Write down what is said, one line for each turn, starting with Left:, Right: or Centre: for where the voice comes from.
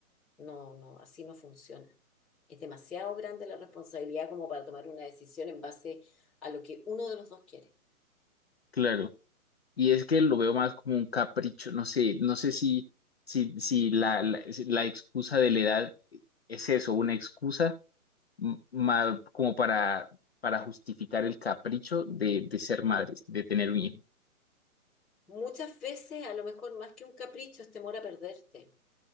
Centre: No, no, así no funciona. Es demasiado grande la responsabilidad como para tomar una decisión en base a lo que uno de los dos quiere.
Left: claro. Y es que lo veo más como un capricho, no sé, no sé si, si, si la, la, si la excusa de la edad es eso, una excusa m- ma- como para, para justificar el capricho de, de ser madres, de tener un hijo.
Centre: Muchas veces, a lo mejor más que un capricho, es temor a perderte.